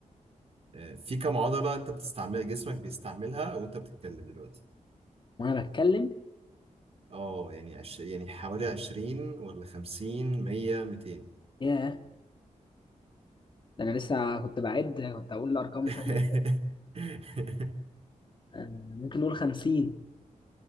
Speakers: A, on the right; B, on the left.
A: آه، في كم عضلة انت بتستعمل جسمك بيستعملها وانت بتتكلم دلوقتي؟
B: وانا بتكلم
A: اه يعني عش... يعني حوالي 20 ولا 50 100 200
B: ياه ده انا لسه كنت بعد كنت هقول ارقام
A: <laughs>
B: تانية آه ممكن نقول 50